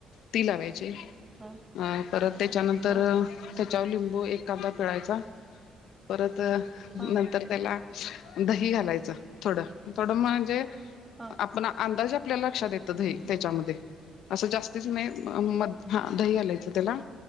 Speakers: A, on the left; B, on the right.
A: ती लावायची
B: हा
A: अ परत त्याच्यानंतर
B: हा
A: त्याच्यावर लिंबू एक कांदा पिळायचा परत
B: हा
A: नंतर त्याला दही घालायचं थोडं थोडं म्हणजे
B: हा
A: आपण अंदाज आपल्याला लक्षात येत त्याच्यामध्ये असं जास्तीच नाही म हा दही घालायचं त्याला